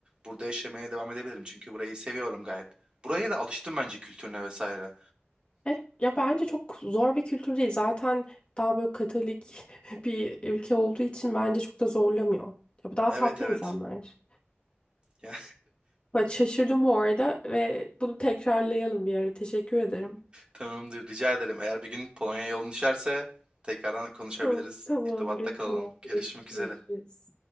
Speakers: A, on the right; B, on the left.
A: burada yaşamaya devam edebilirim. Çünkü burayı seviyorum gayet. Buraya da alıştım bence kültürüne vesaire.
B: Evet, ya bence çok zor bir kültür değil. Zaten daha böyle Katolik <laughs> bir ülke olduğu için bence çok da zorlamıyor. Ya bu daha
A: Evet
B: tatlı
A: evet.
B: insanlar.
A: <laughs> Ya,
B: Bak şaşırdım bu arada ve bunu tekrarlayalım bir ara. Teşekkür ederim.
A: Tamamdır rica ederim. Eğer bir gün Polonya'ya yolun düşerse tekrardan konuşabiliriz.
B: Tamam, tamamdır,
A: İrtibatta kalalım.
B: tamamdır.
A: Görüşmek
B: Görüşürüz.
A: üzere.